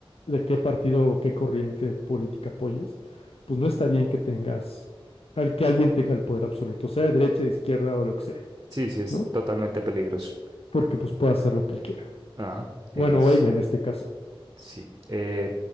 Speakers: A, on the left (about 85°); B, on the right (about 35°).
A: de qué partido o qué corriente política apoyes, pues no está bien que tengas, al que alguien tenga el poder absoluto, sea de derecha, de izquierda o lo que sea,
B: Sí, sí, es
A: ¿no?
B: totalmente peligroso.
A: Porque pues puede hacer lo que él quiera.
B: Ajá, eh,
A: Bueno,
B: sí,
A: o ella en este caso.
B: sí. Eh,